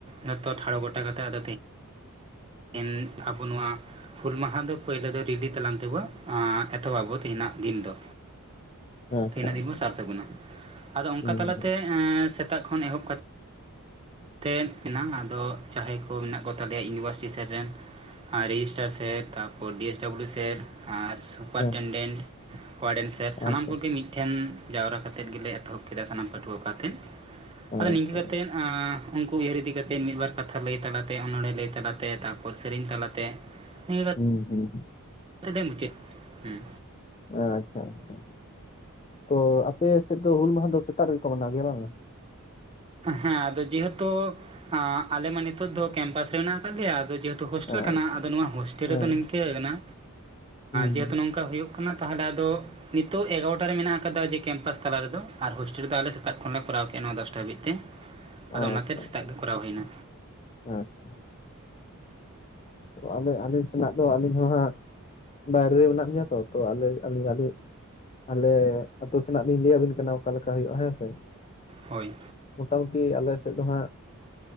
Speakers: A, on the right (about 25°); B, on the left (about 30°).
A: ᱡᱷᱚᱛᱚ ᱴᱷᱟᱲᱚ ᱜᱚᱴᱟ ᱠᱟᱛᱮ ᱟᱫᱚ ᱛᱮ ᱤᱱ ᱟᱵᱚ ᱱᱚᱣᱟ ᱦᱩᱞ ᱢᱟᱦᱟ ᱫᱚ ᱯᱳᱭᱞᱳ ᱫᱚ ᱨᱤᱞᱤ ᱛᱟᱞᱟᱝ ᱛᱮᱵᱚ ᱮᱛᱚᱦᱚᱵᱚ ᱛᱮᱦᱮᱧᱟᱜ ᱫᱤᱱ ᱫᱚ
B: ᱟᱪᱪᱷᱟ
A: ᱛᱮᱦᱤᱱᱟᱹᱜ ᱫᱤᱱ
B: ᱟᱪᱪᱷᱟ
A: ᱵᱚᱱ ᱥᱟᱨ ᱥᱟᱹᱜᱩᱱ ᱟ ᱟᱫᱚ ᱚᱱᱠᱟ
B: ᱦᱩᱸ
A: ᱛᱟᱞᱟᱛᱮ
B: ᱦᱩᱸ,
A: ᱥᱮᱛᱟᱜ ᱠᱷᱚᱱ ᱮᱦᱚᱵ ᱠᱟᱛᱮᱫ ᱛᱮᱫ ᱢᱮᱱᱟᱜ-ᱟ ᱟᱫᱚ ᱡᱟᱦᱟᱸᱭ ᱠᱚ ᱢᱮᱱᱟᱜ ᱠᱚᱛᱟᱞᱮᱭᱟ ᱤᱭᱩᱱᱤᱵᱷᱟᱨᱥᱤᱴᱤ ᱥᱮᱫ ᱨᱮᱱ ᱟᱨ ᱨᱮᱡᱤᱥᱴᱟᱨ ᱥᱮᱨ ᱛᱟᱨᱯᱚᱨ ᱰᱤ ᱮᱥ ᱰᱩ ᱥᱮᱨ ᱥᱩᱯᱟᱨᱴᱮᱱᱰᱮᱱᱴ
B: ᱦᱮᱸ
A: ᱚᱟᱨᱰᱮᱱᱥᱟᱨ ᱥᱟᱱᱟᱢ
B: ᱟᱪᱪᱷᱟ
A: ᱠᱚᱜᱮ ᱢᱤᱫᱮᱱ ᱴᱷᱮᱱ ᱡᱟᱣᱨᱟ ᱠᱟᱛᱮᱫ ᱜᱮᱞᱮ ᱮᱛᱚᱦᱚᱵ ᱠᱮᱫᱟ ᱥᱟᱱᱟᱢ ᱯᱟᱹᱴᱷᱩᱣᱟᱹ ᱠᱟᱛᱮᱫ ᱟᱫᱚ
B: ᱟᱪᱪᱷᱟ
A: ᱱᱤᱝᱠᱟᱹ ᱠᱟᱛᱮᱫ ᱩᱱᱠᱩ ᱩᱭᱦᱟᱹᱨ ᱤᱫᱤ ᱠᱟᱛᱮᱫ ᱢᱤᱫ ᱵᱟᱨ ᱠᱟᱛᱷᱟ ᱞᱟᱹᱭ ᱛᱟᱞᱟᱛᱮ ᱚᱱᱚᱲᱦᱮ ᱞᱟᱹᱭ ᱛᱟᱞᱟᱛᱮ ᱛᱟᱯᱚᱨ ᱥᱮᱨᱮᱧ ᱛᱟᱞᱟᱛᱮ ᱱ <inaudible>
B: ᱦᱩᱸ ᱦᱩᱸ
A: ᱢᱩᱪᱟᱫ ᱦᱩᱸ
B: ᱟᱪᱪᱷᱟ ᱟᱪᱪᱷᱟ ᱛᱚ ᱟᱯᱮ ᱥᱮᱫ ᱫᱚ ᱦᱩᱞ ᱢᱟᱦᱟ ᱫᱚ ᱥᱮᱛᱟᱜ ᱨᱮᱜᱮᱠᱚ ᱢᱟᱱᱟᱣ ᱜᱮᱭᱟ ᱵᱟᱝ-ᱟ?
A: ᱦᱮᱸ ᱟᱫᱚ ᱡᱮᱦᱮᱛᱩ ᱟᱞᱮ ᱢᱟ ᱱᱤᱛᱚᱜ ᱫᱚ ᱠᱮᱢᱯᱟᱥ ᱨᱮ ᱢᱮᱱᱟᱜ ᱟᱠᱟᱫᱮᱭᱟ ᱡᱮᱦᱩ ᱦᱳᱥᱴᱮᱞ
B: ᱟᱪᱪᱷᱟ
A: ᱠᱟᱱᱟ ᱟᱫᱚ ᱱᱚᱣᱟ ᱦᱳᱥᱴᱮᱞ
B: ᱦᱮᱸ
A: ᱨᱮᱫᱚ ᱱᱤᱝᱠᱟᱹ ᱠᱟᱱᱟ
B: ᱦᱩᱸ
A: ᱡᱮᱦᱮᱛᱩ ᱱᱚᱝᱠᱟ ᱦᱩᱭᱩᱜ ᱦᱩᱭᱩᱜ ᱠᱟᱱᱟ ᱛᱟᱦᱚᱞᱮ ᱟᱫᱚ ᱱᱤᱛᱚᱜ ᱮᱜᱟᱨᱚᱴᱟ ᱨᱮ ᱢᱮᱱᱟᱜ ᱟᱠᱟᱫᱟ ᱡᱮ ᱠᱮᱢᱯᱟᱥ ᱛᱟᱞᱟ ᱨᱮᱫᱚ ᱟᱨ ᱦᱳᱥᱴᱮᱞ ᱨᱮ ᱟᱞᱮ ᱥᱮᱛᱟᱜ ᱠᱷᱚᱱ ᱞᱮᱮ ᱠᱚᱨᱟᱣ ᱠᱮᱫᱮᱜ-ᱟ ᱱᱚᱣᱟ ᱫᱚᱥᱴᱟ ᱦᱟᱹᱵᱤᱡ ᱛᱮ ᱟᱫᱚ
B: ᱟᱪᱪᱷᱟ
A: ᱚᱱᱟᱛᱮ ᱥᱮᱛᱟᱜ ᱜᱮ ᱠᱚᱨᱟᱣ ᱦᱩᱭᱱᱟ᱾
B: ᱟᱪᱪᱷᱟ ᱛᱚ ᱟᱞᱮ ᱟᱹᱞᱤᱧ ᱥᱮᱱᱟᱜ ᱫᱚ ᱟᱹᱞᱤᱧ ᱦᱚᱸ ᱦᱟᱸᱜ ᱵᱟᱭᱨᱮ ᱨᱮ ᱢᱮᱱᱟᱜ ᱞᱤᱧᱟᱹ ᱛᱚ ᱛᱚ ᱟᱞᱮ ᱟᱹᱞᱤᱧ ᱟᱞᱮ ᱟᱛᱳ ᱥᱮᱱᱟᱜ ᱞᱤᱧ ᱞᱟᱹᱭ ᱟᱵᱤᱱ ᱠᱟᱱᱟ ᱚᱠᱟᱞᱮᱠᱟ ᱦᱩᱭᱩᱜ-ᱟ ᱦᱮᱸ ᱥᱮ
A: ᱦᱳᱭ
B: ᱢᱳᱴᱟᱢᱩᱴᱤ ᱟᱞᱮ ᱥᱮᱫ ᱫᱚ ᱦᱟᱸᱜ